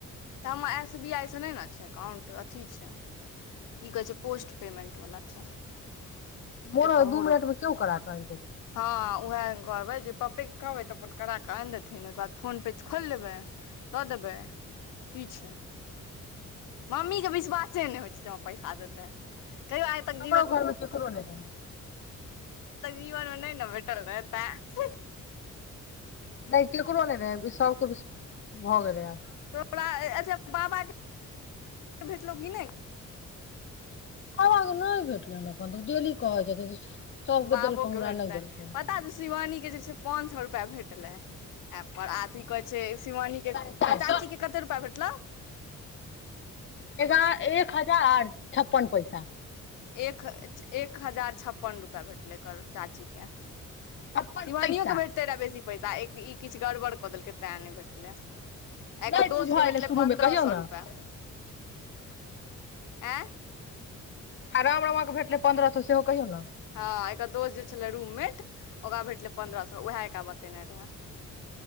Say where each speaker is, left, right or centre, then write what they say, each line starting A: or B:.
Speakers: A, on the left (about 85°); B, on the left (about 40°).
A: त हमर एस बी आइ सँ नै न छैय एकाउंट अथी छैय की कहैय छैय पोस्ट पेमेंट बाला छैय
B: मोरो
A: एत
B: दू
A: मोड़े
B: मिनट
A: पर,
B: मे केओ करा कऽ आनि देत
A: हँ उहे कहबै जे पप्पेके कहबै त अपन करा क आनि देथिन ओकर बाद फोन-पे खोलि लेबैय, द देबैय की छैय, मम्मीे के विश्वासे नै होइ छैय जे हमरा पैसा देतैय कहियो आइ तक
B: हमरो घर मे केकरो नहि रहै
A: जीबनमे नै ने भेटल रहैय तें
B: नहि केकरो नै रहैय सबके भ गेलैय आब
A: तोरा अच्छा बाबाके भेटलौ की नै?
B: बाबा के नै भेटलनि एखन तक डेली कहैय छथिन जे सबके
A: बाबो
B: देलकौ
A: के
B: हमरा
A: भेटतै
B: नहि देलकौ
A: पता छौ शिवानी के जे छैय पान-सौ रुपैया भेटलै। आ कि कहैय छैय शिवानी के, तोरा
B: साढ़े चारि
A: चाची
B: सए
A: के कत्ते रूपैया भेटलौ? भेटलौ?
B: एगा एक हजार छप्पन पैसा
A: एक एक हजार छप्पन रुपैआ भेटलै एकर चाचीके
B: छप्पन
A: सिवानियो
B: पैसा
A: के भेटतै रहे बेसी पैसा ई किछु गड़बड़ कऽ देलकै तैँ नहि भेटलै एकरा
B: नहि
A: दोस्त
B: बुझऽ
A: के
B: एलै
A: भेटलै
B: शुरूमे
A: पन्द्रह
B: कहियौ
A: सौ
B: ने
A: रुपया एं
B: आ राम रामा के भेटले पन्द्रह सऽ सेहो कहियौ ने
A: हँ एकर दोस्त जे छलै रूममेट ओकरा भेटलै पन्द्रह सौ वेहे एकरा बतेने रहए